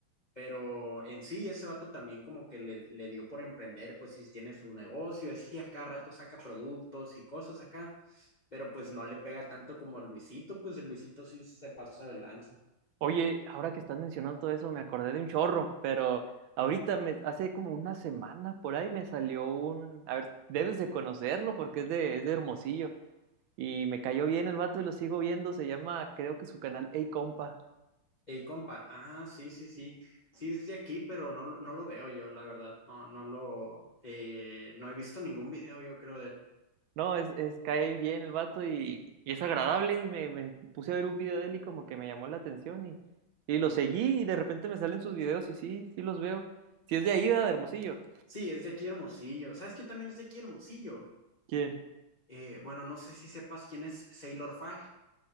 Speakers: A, on the left; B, on the right.
A: pero en sí ese vato también como que le, le dio por emprender, pues si tiene su negocio, así acá rato saca productos y cosas acá, pero pues no le pega tanto como el Luisito, pues el Luisito sí se pasa de lanza.
B: Oye, ahora que estás mencionando todo eso, me acordé de un chorro, pero ahorita me, hace como una semana por ahí me salió un, a ver, debes de conocerlo porque es de, es de Hermosillo y me cayó bien el vato y lo sigo viendo, se llama, creo que su canal Hey Compa.
A: Ey, compa, ah, sí, sí, sí, sí es de aquí, pero no, lo- no lo veo yo, la verdad, no, no lo, eh, no he visto ningún video, yo creo, de él.
B: No, es, es cae bien el vato y, y es agradable y me, me puse a ver un video de él y como que me llamó la atención y, y lo seguí y de repente me salen sus videos y sí, sí los veo. Si es de ahí, ¿verdad? de Hermosillo.
A: Sí, es de aquí Hermosillo, ¿sabes quién también es de aquí Hermosillo?
B: ¿Quién?
A: Eh, bueno, no sé si sepas quién es Sailor Fag,